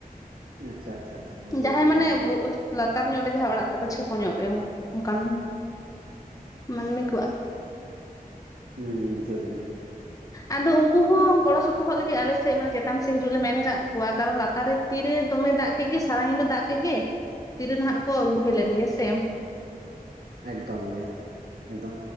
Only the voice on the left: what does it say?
ᱡᱟᱦᱟᱸᱭ
ᱢᱟᱱᱮ
ᱞᱟᱛᱟᱨ ᱧᱚᱜ ᱨᱮ ᱡᱟᱸᱦᱟ ᱚᱲᱟᱜ ᱛᱟᱠᱚ, ᱪᱷᱮᱯᱚ ᱧᱚᱜ ᱨᱮ ᱚᱱᱠᱟᱱ ᱢᱟᱹᱱᱢᱤ ᱠᱚᱣᱟᱜ
ᱟᱫᱚ ᱩᱱᱠᱩ ᱦᱚᱸ ᱜᱚᱲᱚ ᱥᱚᱯᱚᱦᱚᱫ ᱞᱟᱹᱜᱤᱫ ᱟᱞᱮ ᱥᱮᱫ ᱢᱟᱱᱮ ᱪᱮᱛᱟᱱ ᱥᱮᱫ ᱦᱤᱡᱩᱜ ᱞᱮ ᱢᱮᱱ ᱠᱟᱜ ᱠᱚᱣᱟ ᱠᱟᱨᱚᱱ ᱞᱟᱛᱟᱨ ᱨᱮ᱾ ᱛᱤᱨᱮ ᱫᱚᱢᱮ ᱫᱟᱜ ᱠᱮᱫ ᱜᱮ ᱥᱟᱨᱟ ᱧᱤᱫᱟᱹ ᱫᱟᱜ ᱠᱮᱫ ᱜᱮ ᱛᱤᱨᱮ ᱱᱟᱦᱟᱜ ᱠᱚ ᱵᱩᱦᱮᱞᱮᱱ ᱜᱮ ᱥᱮ